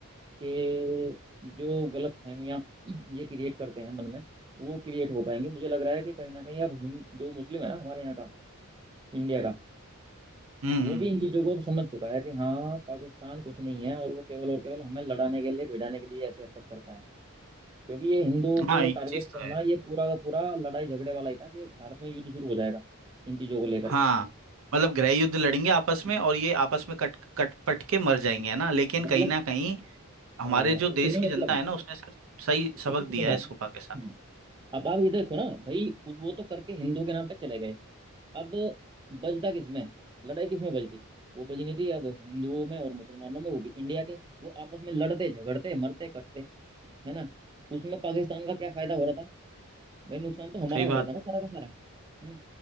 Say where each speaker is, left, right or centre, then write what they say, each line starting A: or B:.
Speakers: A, on the right; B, on the right.
A: कि जो गलत फहमियाँ <clears throat> ये क्रिएट करते हैं मन में वो क्रिएट हो पाएंगी मुझे लग रहा है कि कहीं ना कहीं अब हिंद जो मुस्लिम है ना हमारे यहाँ का इंडिया का
B: हम्म
A: वो भी इन चीजों को समझ चुका है कि हाँ पाकिस्तान कुछ नहीं है और वो केवल और केवल हमें लड़ाने के लिए भिड़ाने के लिए ऐसी हरकत करता है क्योंकि ये हिंदुओं
B: हाँ
A: को
B: ये
A: टारगेट
B: चीज
A: करना
B: तो है
A: ये पूरा का पूरा लड़ाई झगड़े वाला ही था कि भारत में युद्ध शुरू हो जाएगा इन चीजों को लेकर
B: हाँ
A: के
B: मतलब गृह युद्ध लड़ेंगे आपस
A: हम्म,
B: में और ये आपस में कट कट पट के मर जाएंगे है ना लेकिन
A: मतलब
B: कहीं ना कहीं हमारे
A: हाँ
B: जो देश
A: उसे ना
B: की
A: मतलब
B: जनता है ना उसने सिर्फ सही सबक
A: इसे समझ
B: दिया
A: आ
B: है इस
A: रहा हम्म।
B: पाकिस्तान को
A: अब आप ये देखो ना भाई वो तो करके हिंदुओं के नाम पे चले गए अब बजता किसमें लड़ाई किसमें बजती वो बजनी थी अब हिंदुओं में और मुसलमानों में वो भी इंडिया के वो आपस में लड़ते झगड़ते मरते कटते है ना उसमें पाकिस्तान का क्या फायदा हो रहा था भाई नुकसान तो हमारा
B: सही
A: हो
B: बात
A: रहा था ना
B: है
A: सारा का सारा हम्म